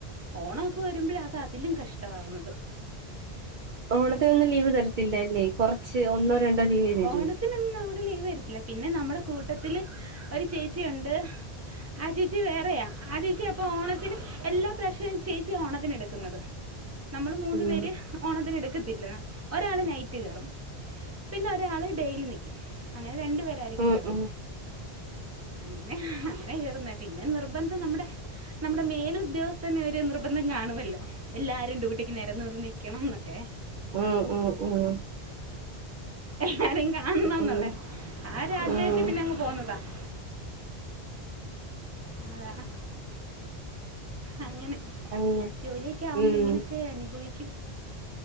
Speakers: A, on the right; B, on the right.
A: ഓണമൊക്കെ വരുമ്പഴ അത് അതിലും കഷ്ടമാവുന്നത്
B: ഓണത്തിനൊന്നും ലീവ് തരത്തില്ലല്ലേ കൊറച്ച് ഒന്നോ രണ്ടോ ലീവേ തരൂ
A: ഓണത്തിന് ഒന്നും നമുക്ക് ലീവ് തരുത്തില്ല പിന്നെ- നമ്മുടെ കൂട്ടത്തിൽ ഒരു ചേച്ചിയുണ്ട് ആ ചേച്ചി വേറെയാ ആ ചേച്ചി അപ്പൊ ഓണത്തിന് എല്ലാ പ്രാവശ്യയും ചേച്ചിയാ ഓണത്തിന് എടുക്കുന്നത് നമ്മള് മൂന്നു
B: ഉം
A: പേര് ഓണത്തിന് എടുക്കത്തില്ല ഒരാള് നൈറ്റ്- പിന്നെ ഒരാള് ഡെയിലി നിൽക്കും അങ്ങനെ രണ്ടു പേരായിരിക്കും
B: ഉം
A: കേറുന്നെ
B: ഉം
A: അങ്ങനെ അങ്ങനെ കേറുന്നേ പിന്നെ നിർബന്ധം നമ്മുടെ- നമ്മുടെ മേൽ ഉദ്യോഗസ്ഥന് ഒരു നിർബന്ധം കാണുമല്ലോ എല്ലാരും ഡ്യൂട്ടിക്ക് നേരന്ന് വന്ന് നിക്കണം എന്നൊക്കെ
B: ഉം ഉം ഉം ഉം
A: എല്ലാരേും കാണണയെന്നുള്ളെ
B: ഉം
A: ആ ഒരു ആഗ്രഹത്തി
B: ഉം
A: പിന്നെ അങ്ങ് പോന്നതാ <inaudible> ആ ഹ് ഹ അങ്ങനെ
B: അങ്ങനെ
A: ജോലിയൊക്കെ ആകുമ്പോ
B: ഉം
A: ഇങ്ങനെയൊക്കെ അനുഭവിക്കും